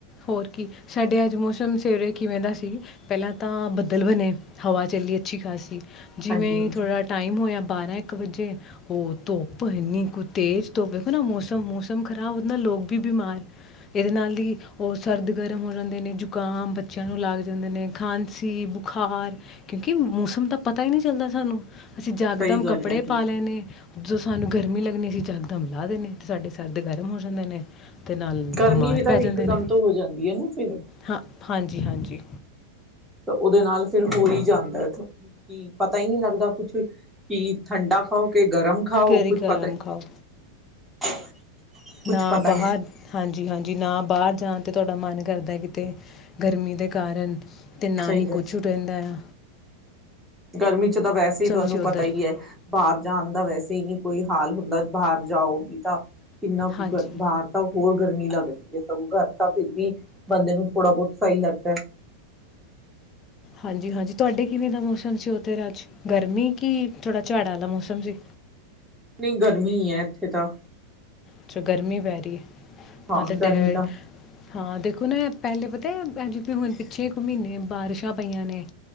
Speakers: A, on the left; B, in the centre.
A: ਹੋਰ ਕੀ ਸਾਡੇ ਅੱਜ ਮੌਸਮ ਸੇਵੇਰੇ ਕਿਵੇਂ ਦਾ ਸੀ ਪਹਿਲਾਂ ਤਾਂ ਬੱਦਲ ਬਣੇ ਹਵਾ ਚੱਲੀ ਅੱਛੀ ਖਾਸੀ ਜਿਵੇਂ
B: ਹਾਂਜੀ ਹਾਂਜੀ
A: ਥੋੜ੍ਹਾ ਟਾਈਮ ਹੋਇਆ ਬਾਰਾਂ ਇੱਕ ਵਜੇ ਉਹ ਧੁੱਪ ਇਨੀ ਕੁ ਤੇਜ਼ ਧੁੱਪ ਦੇੇਖੋ ਨਾ ਮੌਸਮ ਮੌਸਮ ਖ਼ਰਾਬ ਉਹਦੇ ਨਾਲ ਲੋਕ ਵੀ ਬਿਮਾਰ ਇਹਦੇ ਨਾਲ ਹੀ ਉਹ ਸਰਦ ਗਰਮ ਹੋ ਜਾਂਦੇ ਨੇ ਜ਼ੁਕਾਮ ਬੱਚਿਆਂ ਨੂੰ ਲੱਗ ਜਾਂਦੇ ਨੇ ਖਾਂਸੀ ਬੁਖਾਰ ਕਿਉਂਕਿ ਮੌਸਮ ਤਾਂ ਪਤਾ ਹੀ ਨਹੀਂ ਚੱਲਦਾ ਸਾਨੂੰ ਅਸੀਂ ਜਕਦਮ
B: ਸਹੀ ਗੱਲ
A: ਕੱਪੜੇ
B: ਹੈ ਬਿਲਕੁਲ
A: ਪਾ ਲੈਣੇ ਸਾਨੂੰ ਗਰਮੀ ਲੱਗਣੀ ਅਸੀਂ ਜਗਦਮ ਲਾ ਦੇਣੇ ਤੇ ਸਾਡੇ ਸਰਦ ਗਰਮ ਹੋ ਜਾਂਦੇ ਨੇ ਤੇ ਨਾਲ
B: ਗਰਮੀ
A: ਬਿਮਾਰ
B: ਵੀ ਤਾਂ
A: ਪੈ
B: ਇਕਦਮ
A: ਨੇ
B: ਤੋਂ ਹੋ ਜਾਂਦੀ ਹੈ। ਨਾ ਫਿਰ
A: ਹਾਂ ਹਾਂਜੀ ਹਾਂਜੀ
B: ਤਾਂ ਉਹਦੇ ਨਾਲ ਫਿਰ ਹੋ ਹੀ ਜਾਂਦਾ ਕੀ ਪਤਾ ਹੀ ਨਹੀਂ ਲੱਗਦਾ ਕੁਛ ਕਿ ਠੰਡਾ ਖਾਓ ਕੇ ਗਰਮ ਖਾਓ,
A: ਘਰੇ
B: ਕੁਛ
A: ਗਰਮ
B: ਪਤਾ ਹੀ
A: ਖਾਓ
B: ਕੁਛ
A: ਨਾ
B: ਪਤਾ
A: ਬਾਹਰ, ਹਾਂਜੀ ਹਾਂਜੀ ਨਾ ਬਾਹਰ ਜਾਣ ਤੇ ਤੁਹਾਡਾ ਮਨ ਕਰਦਾ ਕਿਤੇ ਗਰਮੀ ਦੇ ਕਾਰਨ ਅਤੇ ਨਾ
B: ਸਹੀ
A: ਹੀ
B: ਹੈ
A: ਕੁਛ ਰਹਿੰਦਾ ਏ
B: ਗਰਮੀ ਚ ਤਾਂ ਵੈਸੇ ਹੀ ਤੁਹਾਨੂੰ
A: ਸੀ ਉੱਧਰ
B: ਪਤਾ ਹੀ ਹੈ। ਬਾਹਰ ਜਾਣ ਦਾ ਵੈਸੇ ਹੀ ਨਹੀਂ ਕੋਈ ਹਾਲ ਹੁੰਦਾ ਬਾਹਰ ਜਾਓਗੀ ਤਾਂ ਕਿੰਨਾ ਕੁ
A: ਹਾਂਜੀ
B: ਬਾਹਰ ਤਾਂ ਉਹ ਹੋਰ ਗਰਮੀ ਲੱਗਦੀ ਹੈ। ਸਗੋਂ ਘਰ ਤਾਂ ਫਿਰ ਵੀ ਬੰਦੇ ਨੂੰ ਥੋੜ੍ਹਾ ਬਹੁਤ ਸਹੀ ਲੱਗਦਾ ਹੈ।
A: ਹਾਂਜੀ ਹਾਂਜੀ ਤੁਹਾਡੇ ਕਿਵੇਂ ਦਾ ਮੌਸਮ ਸੀ। ਉਥ ਅੱਜ ਗਰਮੀ ਕਿ ਥੋੜਾ ਝਾੜਾਂ ਦਾ ਮੌਸਮ ਸੀ?
B: ਨਹੀਂ ਗਰਮੀ ਹੈ। ਇੱਥੇ ਤਾਂ।
A: ਅੱਛਾ। ਗਰਮੀ ਪੈ ਰਹੀ ਹੈ।
B: ਹਾਂ
A: ਮ ਤਾਂ ਡੈਰ,
B: ਗਰਮੀ
A: ਹਾਂ ਦੇਖੋ ਨਾ ਪਹਿਲੇ ਪਤਾ ਤੇ ਅਜ ਹੁਣ ਪਿੱਛੇ ਕੁ ਮਹੀਨੇ ਬਾਰਿਸ਼ਾਂ ਪਈਆਂ ਨੇ